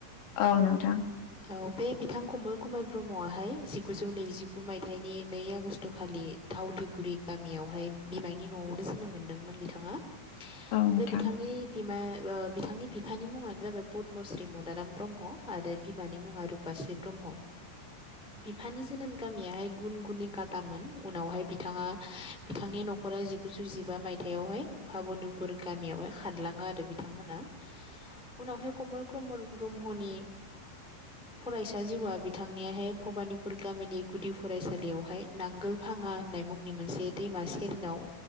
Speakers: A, on the left (about 85°); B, in the centre.
A: औ नोंथां
B: औ बे बिथां कमल कुमार ब्रह्मआहाय जि गुजौ नैजिगु मायथाइनि नै आगष्ट खालि फावलिगुरि गामियावहाय बिमायनि न'आवनो जोनोम मोन्दोंमोन बिथाङा ओमफ्राय
A: औ नोंथां
B: बिथांनि बिमा ओ बिथांनि बिफानि मुङानो जाबाय पदमश्री मदाराम ब्रह्म आरो बिमानि मुङा रुपश्रि ब्रह म। बिफानि जोनोम गामियाहाय गुन गुननि गादामोन उनावहाय बिथाङा बिथांनि न' नख'रा जिगुजौ जिबा मायथायाइावहाय पाबुनुपुर गामियावहाय खारलाङो आरो बिथांमोना। उनावहाय कमल क्रमर ब्रह्मनि फरायसा जिउआ बिथांनियाहाय भ फानिपुर गामिनि गुदि फरायसालियावहाय नांगोल फाङा होननाय मुंनि मोनसे दैमासि हेरनाव